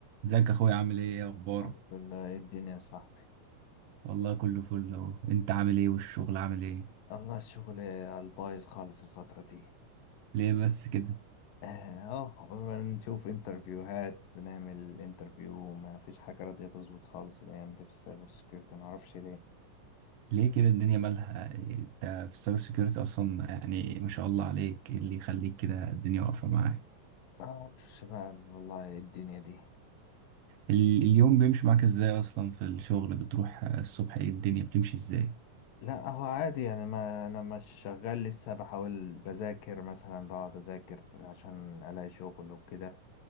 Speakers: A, on the right (about 85°); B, on the left (about 85°).
A: ازيك يا اخويا عامل ايه ايه اخبارك
B: الحمد لله إيه الدنيا يا صاحبي
A: والله كله فل اهو انت عامل ايه والشغل عامل ايه
B: الله الشغل على البايظ خالص الفترة دي
A: ليه بس كده
B: اه آه، بنشوف انترفيوهات بنعمل انترفيو ما فيش حاجة راضية تظبط خالص الأيام دي في السايبر سيكيورتي معرفش ليه
A: ليه كده الدنيا مالها انت في السايبر سيكيورتي اصلا يعني ما شاء الله عليك ايه اللي يخليك كده الدنيا واقفه معاك
B: معرفش بقى والله إيه الدنيا دي
A: ال- اليوم بيمشي معاك ازاي اصلا في الشغل بتروح الصبح ايه الدنيا بتمشي ازاي
B: لا هو عادي يعني ما أنا مش شغال لسه بحاول بذاكر مثلا بقعد أذاكر عشان ألاقي شغل وكده